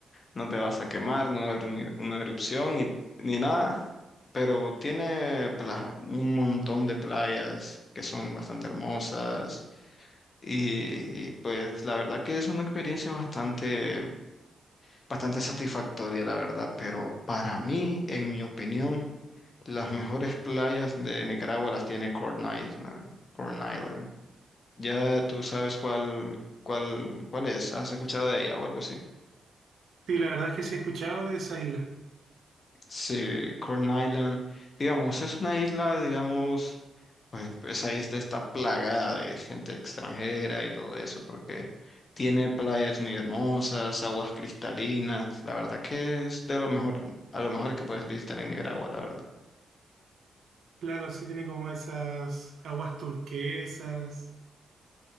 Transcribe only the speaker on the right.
Sí, la verdad es que sí he escuchado de esa isla.
Claro, sí tiene como esas aguas turquesas.